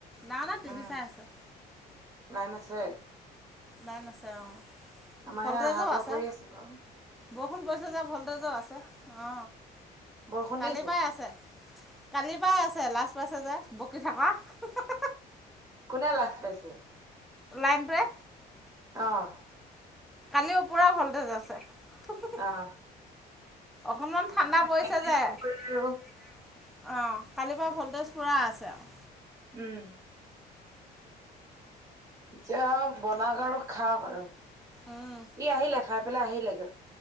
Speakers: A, in the centre; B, on the right.
A: ডাঙ ডাই
B: উম,
A: টিভি চাই আছে।
B: লাইন আছে?
A: নাই নাছে অ,
B: আমাৰহে
A: ভল্টেজো
B: অহা যোৱা
A: আছে
B: কৰি বাৰু।
A: বৰষুণ পৰিছে যে ভল্টেজো আছে অ,
B: বৰষুণ
A: কালিৰ
B: দিছে।
A: পাই আছে -কালিৰ পৰাই আছে লাজ পাইছে যে বকি থকা <unintelligible>
B: কোনে লাজ পাইছে?
A: লাইনটোৱে।
B: অহ',
A: কালিও পুৰা ভল্টেজ আছে <unintelligible>
B: অ'।
A: অকনমান ঠাণ্ডা
B: নহ'লে
A: পৰিছে
B: ফেনখন
A: যে অ,
B: নুঘূৰে আৰু।
A: কালিৰ পৰা ভল্টেজ পুৰা আছে আওঁ।
B: উম। এতিয়া বনাওঁক আৰু খাওঁক আৰু
A: উম
B: ই আহিলে খাই পেলাই আহিলেগে।